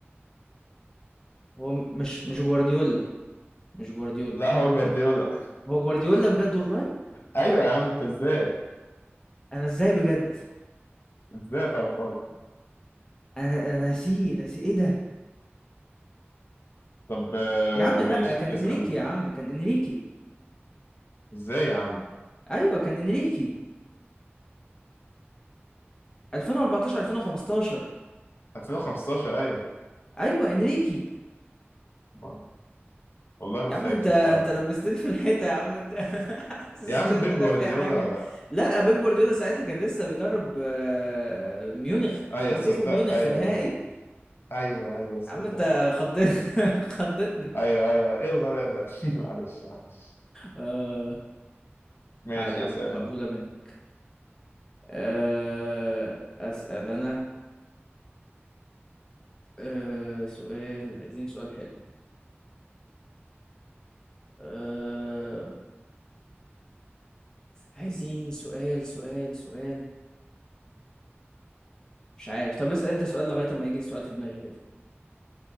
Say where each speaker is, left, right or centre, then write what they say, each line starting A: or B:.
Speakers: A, on the left; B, on the left.
A: هو م- مش مش جوارديولا مش جوارديولا
B: لا هو جوارديولا
A: هو جوارديولا بجد والله
B: أيوة يا عم أنت إزاي
A: انا ازاي بجد
B: إزاي ما تعرفهاش
A: انا انا ناسيه ناسي ايه ده
B: طب آه،
A: يا عم لا
B: ماشي
A: كان
B: اسأل
A: انريكي
B: انت
A: يا عم كان انريكي
B: ازاي يا عم
A: ايوه كان انريكي 2014 2015
B: 2015 ايوه
A: ايوه انريكي
B: ما- والله ما
A: يا
B: فاكر
A: عم انت انت
B: فعلا
A: لبستني في الحيطه يا عم انت <laughs> حسستني
B: يا عم
A: ان
B: بيب
A: انا
B: جوارديولا
A: فيها حاجه لا بيب جوارديولا ساعتها كان لسه بيدرب آه، ميونخ
B: ايوه
A: ما هم
B: تصدق
A: كسبوا ميونخ
B: ايوه
A: في النهائي
B: ايوه ايوه ايوه تصدق
A: يا عم انت
B: صح
A: خضت <laughs> خضتني
B: ايوه ايوه ايه الغباء ده <laughs> معلش معلش
A: آه
B: ماشي
A: عادي عم
B: اسأل
A: مقبولة
B: انت
A: منك آه أسأل أنا آه سؤال عايزين سؤال حلو آه عايزين سؤال سؤال سؤال مش عارف طب اسأل أنت سؤال لغاية ما يجي سؤال في دماغي كده